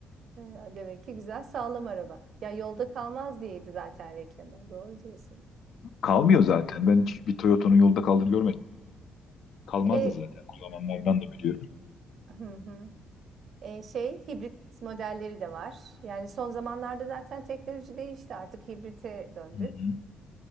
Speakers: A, on the right (about 65°); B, on the left (about 70°).
A: Ee, Demek ki güzel sağlam araba. Ya yolda kalmaz diyeydi zaten reklamı. Doğru diyorsun.
B: Kalmıyor zaten. Ben hiç bir Toyota'nın yolda kaldığını görmedim. Kalmaz
A: E,
B: da zaten. Kullananlardan da biliyorum.
A: hı hı. E, şey hibrit modelleri de var. Yani son zamanlarda zaten teknoloji değişti. Artık hibrite döndük.
B: Hı-hı.